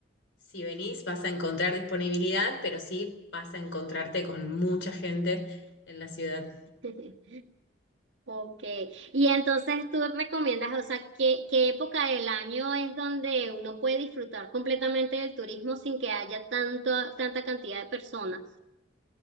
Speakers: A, on the left; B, on the right.
A: si venís vas a encontrar disponibilidad, pero sí vas a encontrarte con mucha gente en la ciudad.
B: <laughs> Ok, y entonces tú recomiendas, o sea, ¿qué, qué época del año es donde uno puede disfrutar completamente del turismo sin que haya tanto, tanta cantidad de personas?